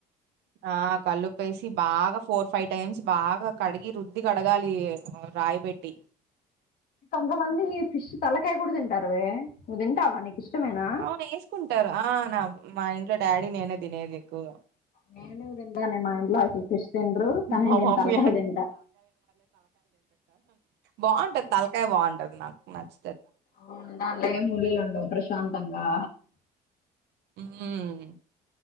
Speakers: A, on the right; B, on the left.
A: ఆ కళ్లుప్పేసి బాగా ఫోర్ ఫైవ్ టైమ్స్ బాగా కడిగి రుద్ది కడగాలి రాయపేట్టి
B: కొంతమంది ఫిష్ తలకాయ కూడ తింటారువే నువ్ తింటావా నీకు ఇష్టమేనా
A: అవును వేసుకుంటారు ఆ నా మా ఇంట్లో డాడీ నేనే తినేది ఎక్కువగ
B: నేను తింటగానే మా ఇంట్లో అసలు ఫిష్ తిన్రు కానీ
A: మా
B: నేను
A: మమ్మీ
B: తలకై తింట
A: బాగుంటది తలకాయ బాగుంటది నాకు నచ్చ
B: అవును దాంట్లో ఏం ముళ్ళులు ఉండవ్ ప్రశాంత ంగా
A: హమ్